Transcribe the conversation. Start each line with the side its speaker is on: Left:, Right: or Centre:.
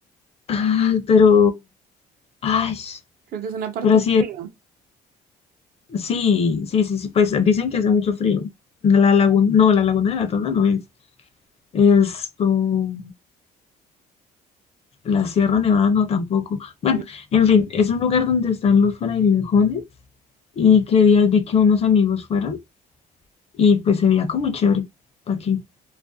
Left: Ay, pero, ay,
Right: Creo que es una parte
Left: pero sí,
Right: fría.
Left: es- sí, sí, sí, sí, pues dicen que hace mucho frío. La laguna, no, la laguna de la Tona no es. Esto, la Sierra Nevada no tampoco. Bueno,
Right: No.
Left: en fin, es un lugar donde están los frailejones y que días vi que unos amigos fueron. y pues se veía como chévere aquí.